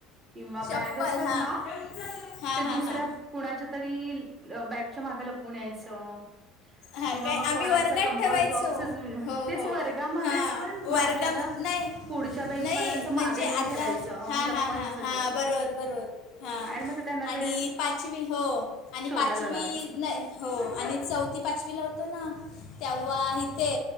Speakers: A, on the right (about 25°); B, on the left (about 60°).
A: किंवा
B: चप्पल
A: बॅग असतात
B: हां
A: ना,
B: हां
A: ते दुसऱ्या
B: हां हां
A: कुणाच्या तरी बॅगच्या माग लपवून यायचं.
B: हां
A: किंवा
B: काय
A: मग
B: आम्ही
A: कोणाचा
B: वर्गात
A: कम्पोस्ट
B: ठेवायचो
A: बॉक्सस
B: हो
A: तेच
B: हो
A: वर्गामध्येच
B: हां
A: पण मागच्या
B: वर्गा
A: आता
B: नाही
A: पुढच्या बेंचवाल्यांचं
B: नाही
A: मागे
B: म्हणजे
A: नेऊन
B: आता
A: ठेवायचं,
B: हां
A: लपवायचं
B: हां हां हां
A: ते.
B: बरोबर बरोबर हां,
A: आणि मग ते त्यांना
B: आणि
A: ते
B: पाचवी हो, आणि
A: शोधायला
B: पाचवी
A: लावायचं.
B: नाही हो, आणि चौथी, पाचवीला होत ना तेव्हा इथे